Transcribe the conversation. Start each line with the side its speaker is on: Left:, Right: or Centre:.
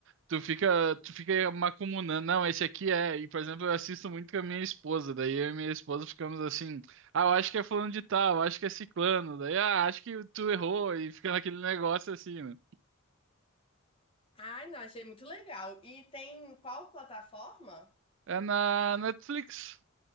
Right: Tu fica, tu fica macumunando. Não, esse aqui é. E, por exemplo, eu assisto muito com a minha esposa. Daí eu e minha esposa ficamos assim. Ah, eu acho que é fulano de tal, eu acho que é ciclano. Daí, ah, acho que tu errou. E fica naquele negócio assim, né?
Left: Ai, não, achei muito legal. E tem qual plataforma?
Right: É na Netflix.